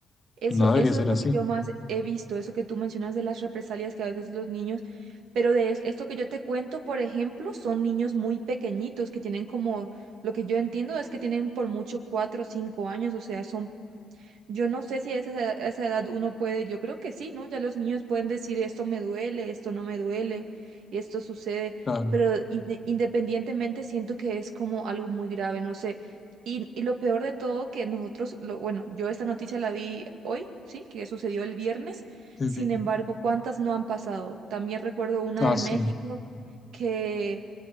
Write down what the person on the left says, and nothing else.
No debería
ser
así.
Claro.
Sí.
sí.
Ah,
sí.